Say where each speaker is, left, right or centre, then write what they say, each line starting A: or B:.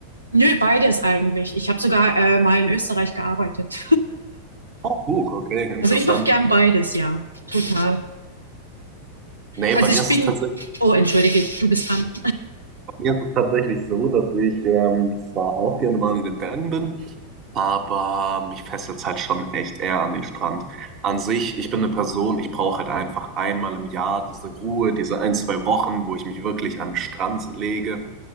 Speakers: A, on the right (about 85°); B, on the right (about 35°).
A: Nö, beides eigentlich. Ich habe sogar äh, mal in Österreich gearbeitet.
B: Oh, gut, okay, interessant.
A: Also ich mache gern beides, ja. Total.
B: Nee,
A: Also
B: bei mir
A: ich
B: ist
A: bin.
B: es tatsächlich.
A: Oh, entschuldige, du bist dran.
B: Mir ist es tatsächlich so, dass ich ähm, zwar auch gerne mal in den Bergen bin, aber mich fesselt es halt schon echt eher an den Strand. An sich, ich bin eine Person, ich brauche halt einfach einmal im Jahr diese Ruhe, diese ein, zwei Wochen, wo ich mich wirklich an den Strand lege,